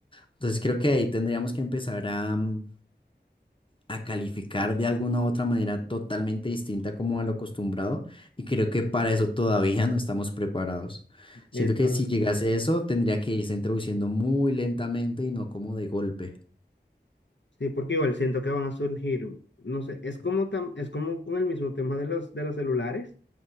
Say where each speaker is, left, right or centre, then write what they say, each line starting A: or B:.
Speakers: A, on the left; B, on the left.
A: Entonces creo que ahí tendríamos que empezar a, mm, a calificar de alguna u otra manera totalmente distinta como a lo acostumbrado y creo que para eso todavía no estamos preparados. Siento
B: Eso
A: que si
B: es.
A: llegase eso tendría que irse introduciendo muy lentamente y no como de golpe.
B: Sí, porque igual siento que van a surgir, no sé, es como tam- es como con el mismo tema de los de los celulares.